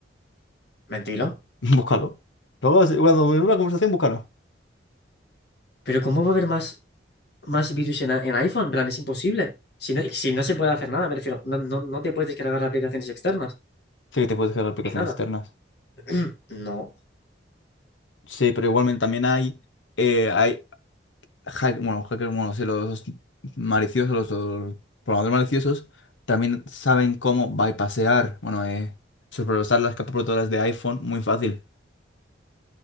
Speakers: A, on the left; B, on the left.
A: Mentira.
B: <laughs> Búscalo. Luego, si- cuando en una conversación, búscalo.
A: Pero ¿cómo va a haber más, más virus en, en iPhone? En plan, es imposible. Si no, si no se puede hacer nada, me refiero, no, no, no te puedes descargar aplicaciones externas,
B: Sí que te puedes descargar aplicaciones
A: ni nada.
B: externas.
A: <clears throat> No.
B: Sí, pero igualmente también hay, eh, hay hack- bueno, hackers, bueno, sí, los maliciosos, los, los programadores maliciosos, también saben cómo bypassear, bueno, eh, sobrepasar las capas protectoras de iPhone muy fácil.